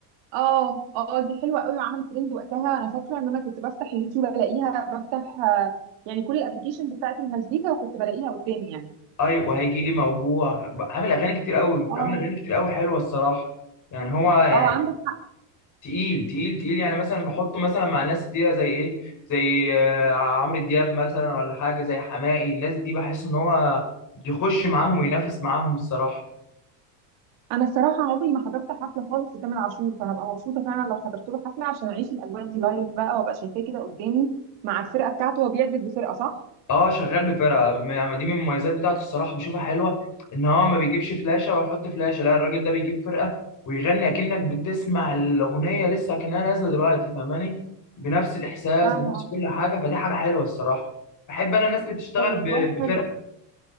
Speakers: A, on the right; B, on the left.
A: اه اه دي حلوه قوي وعملت ترند وقتها انا فاكره ان انا كنت بفتح اليوتيوب الاقيها بفتح آه، يعني كل الابلكيشنز بتاعت المزيكا وكنت بلاقيها قدامي يعني
B: اي وهيجي لي موجوع بقى عامل اغاني كتير قوي
A: اه
B: عامل اغاني كتير قوي حلوه الصراحه يعني هو يعني
A: اه عندك
B: تقيل تقيل تقيل يعني مثلا بحطه مثلا مع ناس تقيله زي ايه زي آه، عمرو دياب مثلا ولا حاجه زي حماقي الناس دي بحس ان هو يخش معاهم وينافس معاهم الصراحه
A: انا الصراحه عمري ما حضرت حفله خالص لتامر عاشور فهبقى مبسوطه فعلا لو حضرت له حفله عشان اعيش الاجواء دي لايف بقى وابقى شايفاه كده قدامي مع الفرقه بتاعته هو بيعزف بفرقه صح
B: اه شغال بفرقه يعني دي من المميزات بتاعته الصراحه بشوفها حلوه ان هو ما بيجيبش فلاشه ويحط فلاشه لا الراجل ده بيجيب فرقه ويغني اكنك بتسمع الاغنيه لسه اكنها نازله دلوقتي فاهماني بنفس الاحساس
A: اه
B: بنفس
A: آه.
B: كل حاجه فدي حاجه حلوه الصراحه بحب انا الناس اللي بتشتغل
A: طب والله
B: ب- بفرقه
A: حلو